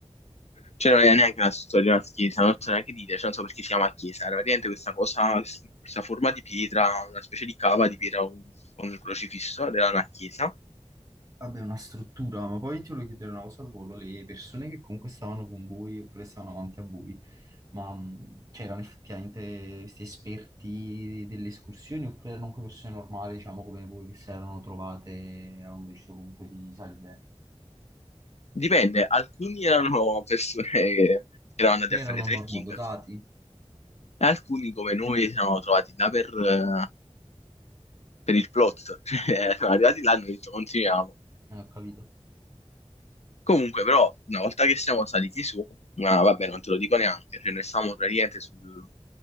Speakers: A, on the left (about 70°); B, on the right (about 30°).
A: cioè non è neanche una storia di una chiesa, non so neanche dire, cioè non so perché si chiama chiesa, era praticamente questa cosa, questa forma di pietra, una specie di cava di pietra con con un crocifisso, ed era una chiesa.
B: Vabbè, una struttura, ma poi ti volevo chiedere una cosa al volo, le persone che comunque stavano con voi oppure stavano avanti a voi, ma mh, c'erano effettivamente questi esperti delle escursioni oppure erano comunque persone normali, diciamo come voi, che si erano trovate e avevano deciso comunque di salire?
A: Dipende, alcuni erano persone che erano andate
B: Ne
A: a
B: erano
A: fare trekking
B: normodotati?
A: e alcuni come noi si sono trovati là per, eh, per il plot, <laughs> Cioè, sono arrivati là e hanno detto continuiamo.
B: Eh, ho capito.
A: Comunque però una volta che siamo saliti su, ma vabbè non te lo dico neanche, cioè noi stavamo praticamente sul,